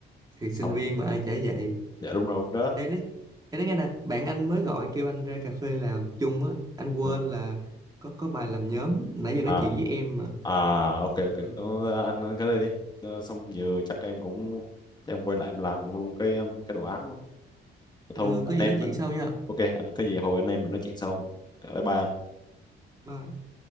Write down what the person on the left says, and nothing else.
xong
dạ đúng rồi đó
Ừ.
À
À ok ok
Ờ, anh ăn cái đây đi Ờ, xong giờ chắc em cũng em quay lại em làm luôn cái um, cái đồ án đó. thôi
anh
em
mình
ok anh có gì hồi anh em mình nói chuyện sau bye bye